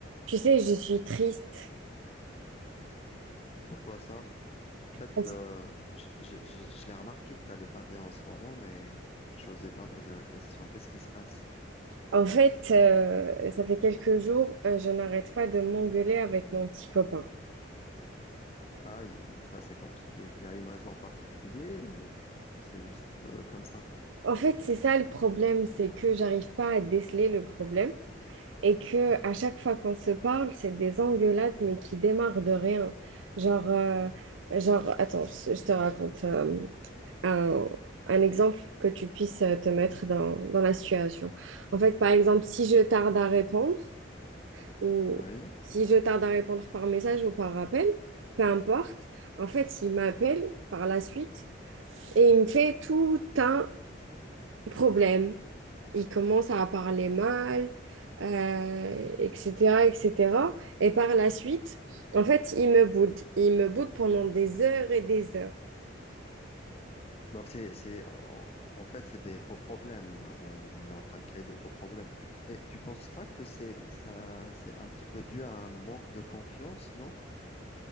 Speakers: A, on the right; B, on the left.
A: Tu sais, je suis triste.
B: Pourquoi ça? En fait,
A: Parce-
B: euh, je, je- je- je l'ai remarqué que t'allais pas bien en ce moment, mais je n'osais pas poser la question. Qu'est-ce qui se passe?
A: En fait, euh, ça fait quelques jours, euh, je n'arrête pas de m'engueuler avec mon petit copain.
B: Aïe, ça c'est compliqué. Il y a une raison particulière ou c'est juste euh, comme ça?
A: En fait, c'est ça le problème, c'est que j'arrive pas à déceler le problème et que à chaque fois qu'on se parle, c'est des engueulades mais qui démarrent de rien. Genre, euh, genre, attends, je je te raconte euh, un, un exemple que tu puisses euh, te mettre dans, dans la situation. En fait, par exemple, si je tarde à répondre. ou
B: Oui.
A: si je tarde à répondre par message ou par appel, peu importe, en fait, il m'appelle par la suite et il me fait tout un problème. Il commence à parler mal, euh, etc., etc. Et cetera. Et par la suite, en fait, il me boude. Il me boude pendant des heures et des heures.
B: Donc c'est, c'est, en, en fait, c'est des faux problèmes. Euh, il est en train de créer de faux problèmes. Mais tu penses pas que c'est ça, c'est un petit peu dû à un manque de confiance, non?